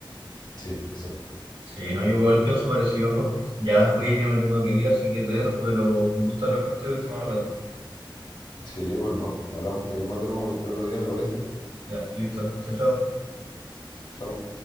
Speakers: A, on the left; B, on the right.
A: Sí, exacto.
B: Sí, no, yo igual pienso parecido, Joaco. Ya, oye, ya me tengo que ir, así que te dejo, pero un gusto hablar contigo y estamos hablando.
A: Sí, pues no, hablamos de este mismo tema cualquier otro día, ¿te parece?
B: Ya, listo. Chao, chao.
A: Chao.